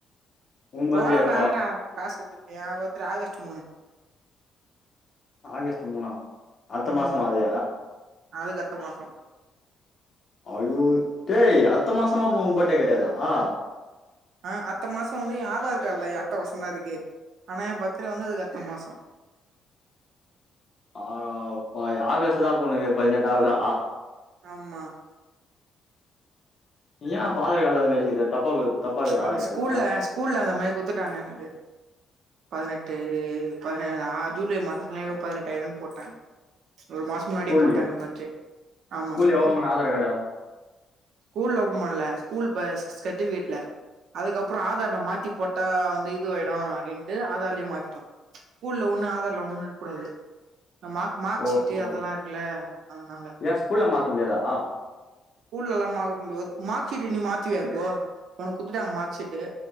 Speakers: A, on the left; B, on the right.
A: உ பர்த்டே
B: போகலான்டா
A: எப்போ
B: என்னடா காசு சேத்துக்குனியா ஒருத்தரு ஆகஸ்ட் மூனு
A: ஆகஸ்ட் மூணா அடுத்த மாசமா
B: ஆமா
A: அது
B: அதுக்கு அடுத்த மாசோ
A: அயோ டேய் அடுத்த மாசமா அப்ப உ பர்த்டே கடையாதா
B: ஆ அடுத்த மாச வந்து எ ஆதார் கார்டுல அடுத்த மாசந்தா இருக்கு ஆனா எ பர்த்டே வந்து அதுக்கு அடுத்த மாசோ
A: அட அப்பாவி ஆகஸ்ட்தா அப்ப உனக்கு பதினெட்டு ஆவுதா
B: ஆமா
A: ஏ அப்ப ஆதார் கார்டுல அது மாரி இருக்குது தப்பா இருக்குது ஆதார்
B: அது ஸ்கூல்ல
A: கார்டுல
B: ஸ்கூல்ல அந்த மாரி குடுத்துட்டாங்க எனக்கு பதினெட்டு பதினேழு ஆ ஜூலை மாசத்துல எனக்கு பதினெட்டு ஆயிடுன்னு போட்டாங்க ஒரு மாசம் முன்னாடியே
A: ஸ்கூல்லயா
B: போட்டாங்க எ பர்த்டே ஆமா ஸ்கூல்ல
A: எவன் பண்ண ஆதார் கார்டா
B: ஸ்கூல்ல ஓப்பன் பண்ணல ஸ்கூல் ப சர்டிபிகேட்ல அதுக்கப்றோ ஆதார்ல மாத்தி போட்டா வந்து இதுவாயிடும் அப்டின்ட்டு ஆதார்லியு மாத்திட்டோ ஸ்கூல்ல ஒண்ணு ஆதார்ல ஒண்ணுண்னு இருக்க கூடாது மா மார்க்
A: ஓஹோ
B: ஷீட் அதெல்லா இருக்குல அதனால
A: ஏன் ஸ்கூல்ல மாத்த முடியாதா ஆ
B: ஸ்கூல்லலா மாத்த முடியாது மார்க் ஷீட்டு நீ மாத்துவியா இப்போ உனக்கு குத்துட்டாங்க மார்க் ஷீட்டு